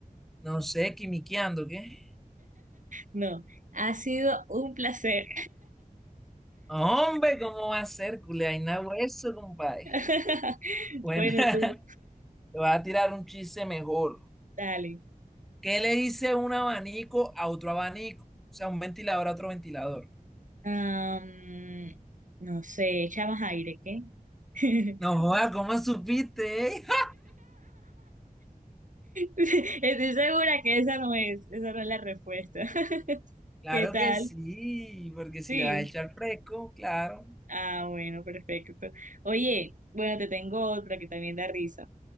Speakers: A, in the centre; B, on the right.
A: No sé, quimiqueando, ¿qué?
B: No, ha sido un placer.
A: Hombre, ¿cómo va a ser, culeaina hueso, compadre?
B: <laughs>
A: Bueno,
B: Bueno,
A: <laughs> te
B: tú,
A: voy a tirar un chiste mejor.
B: dale.
A: ¿Qué le dice un abanico a otro abanico? O sea, un ventilador a otro ventilador.
B: Am, no sé, echamos aire, ¿qué? <laughs>
A: No, joda, ¿cómo supiste? eh? <laughs>
B: Estoy segura que esa no es, esa no es la respuesta. <laughs>
A: Claro
B: ¿Qué tal?
A: que sí, porque si
B: Sí.
A: le vas a echar fresco, claro.
B: Ah, bueno, perfecto. Oye, bueno, te tengo otra que también da risa.